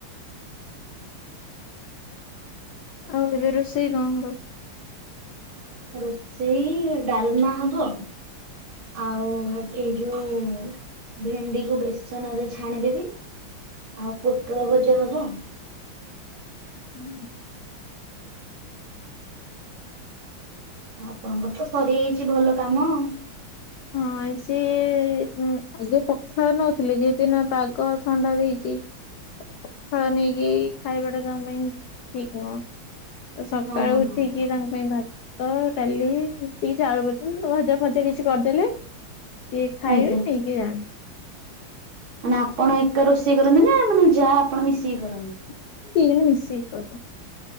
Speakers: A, on the left; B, on the right.
A: ଆଉ ଏବେ ରୋଷେଇ କଣ ହବ।
B: ରୋଷେଇ ଡାଲମା ହବ ଆଉ ଭାତ, ଏଇ ଯୋଉ ଭେଣ୍ଡିକୁ ବେସନ ରେ ଛାଣିଦେବି, ଆଉ ପୋଟଳ ଭଜା ହବ।
A: ହୁଁ।
B: ଆପଣଙ୍କର ତ ସରି ଯାଇଛି ଭଲ କାମ ଆଉ,
A: ହଁ ସିଏ ଆଗେ ପଖାଳ ନଉଥିଲେ ଯି ଦିନ ପାଗ ଥଣ୍ଡା ଦେଇଛି। ଖ ନେଇକି ଖାଇବାଟା ତାଙ୍କୁ ନ ଠିକ ନୁହଁ <inaudible> ତ ସକାଳୁ
B: ହଁ ହଁ
A: ଉଠିକି ତାଙ୍କ ପାଇଁ ଭାତ, ଭାତ, ଡ଼ାଲି ଏମିତି କିଛି ଆଳୁର୍ଭତା, ଭଜା ଫଜା କିଛି କରିଦେଲେ ସିଏ ଖାଇବେ
B: ଆଜ୍ଞା
A: ନେଇକି ଯାଆନ୍ତି।
B: ମାନେ ଆପଣ ଏକା ରୋଷେଇ କରନ୍ତି, ନା ମାନେ ଯାଆ, ଆପଣ ମିଶିକି କରନ୍ତି।
A: ନା ଦିଜଣ ମିଶିକି କରୁ,